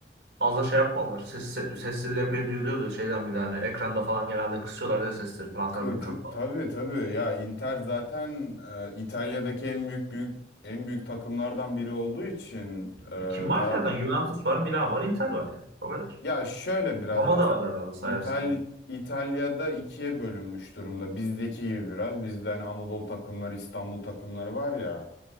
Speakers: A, on the right (about 85°); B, on the left (about 85°).
A: az da şey yapmadılar. Ses, se- sesleri de epey duyuluyordu şeyden bile hani ekranda falan genelde kısıyorlar da sesleri taraftarların
B: Kı,
A: çok
B: kı,
A: fazla.
B: tabii tabii ya Inter zaten e, İtalya'daki en büyük büyük en büyük takımlardan biri olduğu için e,
A: E, kim var
B: tara
A: ki zaten? Juventus var, Milan var, Inter var yani. O kadar.
B: ya şöyle biraz
A: Roma
B: aslında
A: da var herhalde sayarsan.
B: İtal İtalya'da ikiye bölünmüş durumda. Bizdeki gibi biraz. Bizde hani Anadolu takımları, İstanbul takımları var ya.